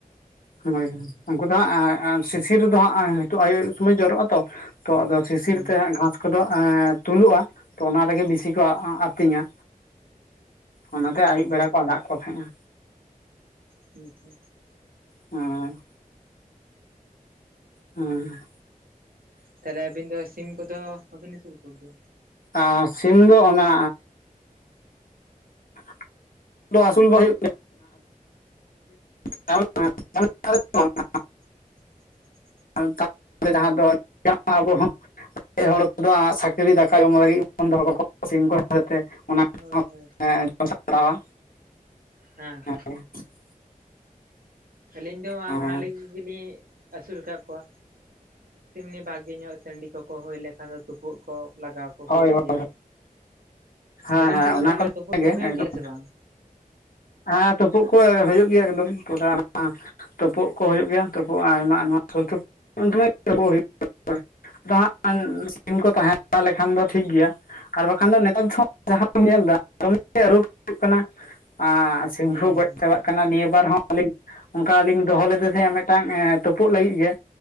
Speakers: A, on the left; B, on the right.
A: ᱦᱳᱭ ᱦᱳᱭ, ᱩᱱᱠᱩ ᱫᱚ ᱦᱟᱸᱜ ᱟᱸ ᱥᱤᱥᱤᱨ ᱫᱚ ᱦᱟᱸᱜ ᱱᱤᱛᱚᱜ ᱟᱹᱭᱩ ᱟᱹᱭᱩᱵ ᱥᱚᱢᱚᱭ ᱡᱚᱨᱚᱜ ᱟᱛᱚ᱾ ᱛᱚ ᱟᱫᱚ ᱥᱤᱥᱤᱨ
B: ᱦᱩᱸ
A: ᱛᱮ ᱦᱟᱸᱜ ᱜᱷᱟᱸᱥ ᱠᱚᱫᱚ ᱮᱸᱻ ᱛᱩᱞᱩᱜᱼᱟ, ᱛᱚ ᱚᱱᱟ ᱨᱮᱜᱮ ᱵᱮᱥᱤ ᱠᱚ ᱟᱸᱻ ᱟᱹᱛᱤᱧᱟ᱾ ᱚᱱᱟᱛᱮ
B: ᱚ
A: ᱟᱹᱭᱩᱵ ᱵᱮᱲᱟ ᱠᱚ ᱟᱲᱟᱜ ᱠᱚ ᱛᱟᱦᱮᱸᱜᱼᱟ᱾
B: <unintelligible>
A: ᱦᱳᱸᱭ ᱦᱮᱸ
B: ᱛᱟᱦᱞᱮ ᱟᱹᱵᱤᱱ ᱫᱚ ᱥᱤᱢ ᱠᱚᱫᱚ ᱵᱟᱹᱵᱤᱱ ᱟᱹᱥᱩᱞ ᱠᱚᱜᱮᱭᱟ᱾
A: ᱟᱨ ᱥᱤᱢ ᱫᱚ ᱚᱱᱟ <unintelligible> ᱟᱹᱥᱩᱞ ᱵᱟᱝ ᱦᱩᱭᱩᱜ <unintelligible> <unintelligible>
B: <unintelligible>
A: <unintelligible> <unintelligible> ᱥᱟᱹᱠᱨᱤ ᱫᱟᱠᱟ ᱡᱚᱢ ᱞᱟᱹᱜᱤᱫ ᱵᱚᱱ ᱫᱚᱦᱚ ᱠᱟᱠᱚ ᱥᱤᱢ ᱠᱚ <unintelligible> <unintelligible>
B: ᱦᱳᱭ ᱦᱳᱭ
A: ᱥᱟᱯᱲᱟᱣ ᱟ᱾
B: ᱦᱮᱸ
A: <unintelligible>
B: ᱟᱹᱞᱤᱧ ᱫᱚ
A: ᱦᱮᱸ
B: ᱚᱱᱟ ᱞᱟᱹᱜᱤᱫ ᱜᱮᱞᱤᱧ ᱟᱹᱥᱩᱞ ᱠᱟᱫ ᱠᱚᱣᱟ᱾ <inaudible> ᱵᱷᱟᱜᱤ ᱧᱚᱜ ᱥᱟᱺᱰᱤ ᱠᱚᱠᱚ ᱦᱩᱭ ᱞᱮᱠᱷᱟᱱ ᱫᱚ ᱛᱩᱯᱩᱜ ᱠᱚ ᱞᱟᱜᱟᱣ ᱠᱚ
A: ᱦᱳᱭ
B: ᱦᱩᱭᱩᱜ
A: ᱦᱳᱭ
B: ᱜᱮᱭᱟ,
A: ᱦᱮᱸ
B: ᱟᱹᱵᱤᱱ
A: ᱦᱮᱸ
B: ᱪᱮᱫ ᱫᱚ
A: ᱚᱱᱟ
B: ᱛᱟᱦᱚᱞᱮ
A: ᱠᱚᱫᱚ
B: ᱛᱩᱯᱩᱫ
A: ᱜᱮ
B: ᱠᱚ ᱦᱩᱭᱩᱜ
A: ᱮᱠᱫᱚᱢ
B: ᱜᱮᱭᱟ ᱥᱮ ᱵᱟᱝ?
A: ᱦᱮᱸ ᱛᱩᱯᱩᱜ ᱠᱚ ᱦᱩᱭᱩᱜ ᱜᱮᱭᱟ ᱮᱠᱫᱚᱢ <unintelligible> ᱛᱩᱯᱩᱩᱜ ᱠᱚ ᱦᱩᱭᱩᱜ ᱜᱮᱭᱟ ᱛᱩᱯᱩᱜ ᱟᱭᱢᱟ <unintelligible> <unintelligible> ᱥᱤᱢ ᱠᱚ ᱛᱟᱸᱦᱮ ᱵᱟᱲᱟ ᱞᱮᱠᱷᱟᱱ ᱫᱚ ᱴᱷᱤᱠᱜᱮᱭᱟ᱾ ᱟᱨ ᱵᱟᱠᱷᱟᱱ ᱫᱚ ᱱᱮᱛᱟᱨ <inaudible> ᱧᱮᱞᱫᱟ ᱫᱚᱢᱮ <inaudible> ᱨᱳᱜᱽ ᱦᱩᱭᱩᱜ ᱠᱟᱱᱟ᱾ ᱟᱻᱟᱻ ᱥᱤᱢ
B: ᱦᱩᱸ
A: ᱠᱟ
B: ᱦᱩᱸ
A: ᱜᱚᱡ ᱪᱟᱵᱟᱜ ᱠᱟᱱᱟ᱾ ᱠᱟᱱᱟ ᱱᱤᱭᱟᱹ ᱵᱟᱨ ᱦᱚᱸ ᱟᱹᱞᱤᱧ ᱚᱱᱠᱟ ᱞᱤᱧ ᱫᱚᱦᱚ ᱞᱮᱫᱮ ᱛᱟᱦᱮᱸᱼᱟ ᱢᱤᱫᱴᱟᱝ ᱛᱩᱯᱩᱜ ᱞᱟᱹᱜᱤᱫ ᱜᱮ᱾